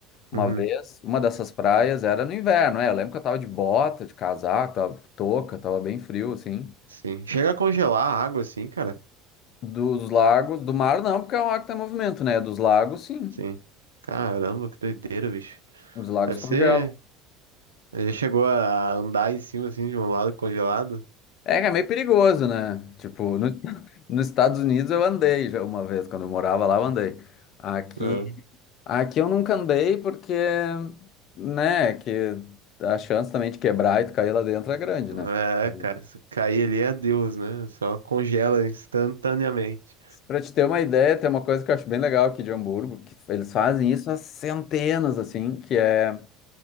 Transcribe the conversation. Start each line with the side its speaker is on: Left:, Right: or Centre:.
Left: uma
Right: Uhum.
Left: vez. Uma dessas praias era no inverno, é. Eu lembro que eu tava de bota, de casaco, tava com touca, tava bem frio, assim.
Right: Sim. Chega a congelar a água assim, cara?
Left: Dos lagos, do mar não, porque é um mar que tem movimento, né? Dos lagos, sim.
Right: Sim. Caramba, que doideira, bicho.
Left: Os lagos
Right: Deve
Left: congelam.
Right: ser. eh, Já chegou a andar em cima assim de um lado congelado?
Left: É que é meio perigoso, né? Tipo, no- <laughs> nos Estados Unidos eu andei já uma vez, quando eu morava lá, eu andei. Aqui.
Right: Ah.
Left: Aqui eu nunca andei porque, né, que a chance também de quebrar e tu cair lá dentro é grande, né?
Right: É,
Left: Então,
Right: cara, se cair ali é Deus, né? Só congela instantaneamente.
Left: Pra te ter uma ideia, tem uma coisa que eu acho bem legal aqui de Hamburgo, que eles fazem isso há centenas, assim, que é